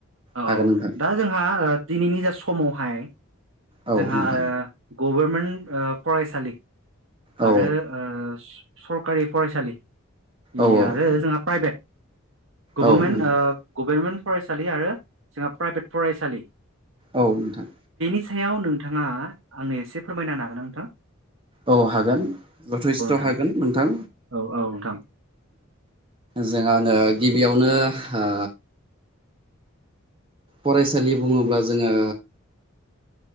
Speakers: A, on the right; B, on the right.
A: औऔ
B: हागोन नोंथां
A: दा जोंहा दिनैनि जा समावहाय
B: औ
A: जोंहा
B: नोंथां
A: ओ गभारनमेन्ट ओ फरायसालि
B: औ
A: आरो ओ सरकारि फरायसालि बे
B: औ औ
A: आरो जोंहा प्राइभेट गभारमेन्ट
B: औ नोंथां
A: ओ गभार्मेन्ट फरायसालि आरो जोंहा प्राइभेट फरायसालि
B: औ नोंथां
A: बिनि सायाव नोंथाङा आंनो एसे फोरमायना हागोना नोंथां?
B: औ हागोन। जथेस्थ'
A: ना
B: हागोन नोंथां।
A: नोंथां औ नोंथां औ नोंथां
B: जों आङो गिबियावनो ओ फरायसालि बुङोब्ला जोङो